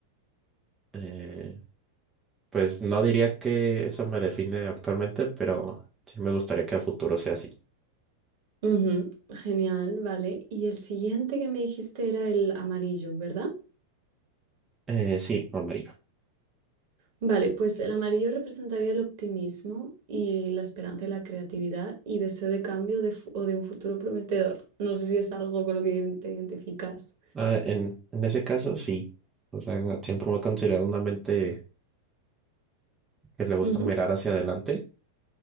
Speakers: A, on the right; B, on the right.
A: eh, pues no diría que eso me define actualmente, pero sí me gustaría que a futuro sea así.
B: ujú. Genial, vale. Y el siguiente que me dijiste era el amarillo, ¿verdad?
A: Eh, sí, amarillo.
B: Vale, pues el amarillo representaría el optimismo y la esperanza y la creatividad y deseo de cambio de fu- o de un futuro prometedor. No sé si es algo con lo que te identificas.
A: Ah, en, en ese caso, sí. O sea, siempre me he considerado una mente que le gusta
B: Ujú,
A: mirar hacia adelante